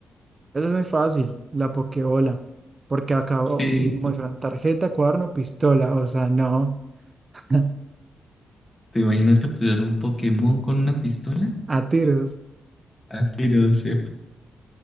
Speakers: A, on the right; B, on the left.
A: Esa es muy fácil, la Pokébola. Porque acabó
B: Sí,
A: muestran tarjeta, cuaderno, pistola. O sea, no. <laughs>
B: ¿te imaginas capturar un Pokémon con una pistola?
A: A tiros.
B: A tiros, sí.